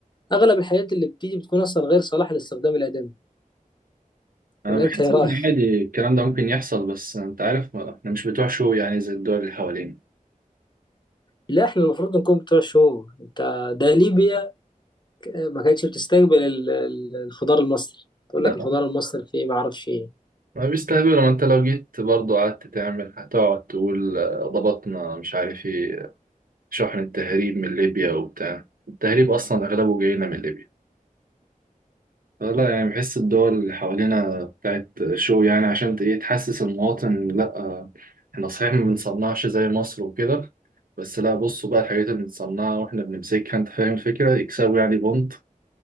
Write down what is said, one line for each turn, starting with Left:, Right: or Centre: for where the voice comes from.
Left: اغلب الحاجات اللي بتيجي بتكون اصلا غير صالحة للاستخدام الآدمي
Right: أنا
Left: ولا
Right: بحس
Left: انت يا راي
Right: إن عادي الكلام ده ممكن يحصل بس أنت عارف ما- إحنا مش بتوع شو يعني زي الدول اللي حوالينا
Left: لا احنا المفروض نكون بتوع الشهور انت ده ليبيا آه، ما كانتش بتستقبل ال- ال- الخضار المصري تقول
Right: لا
Left: لك الخضار المصري فيه ما اعرفش ايه
Right: ما بيستهبلوا ما انت لو جيت برضو قعدت تعمل هتقعد تقول آه، ضبطنا مش عارف ايه شحن التهريب من ليبيا وبتاع التهريب اصلا اغلبه جاينا من ليبيا فلا يعني بحس الدول اللي حوالينا بتاعت شو يعني عشان ت- ايه تحسس المواطن لا آه، احنا صحيح ما بنصنعش زي مصر وكده بس لا بصوا بقى الحاجات اللي بنصنعها واحنا بنمسكها انت فاهم الفكرة يكسبوا يعني بونت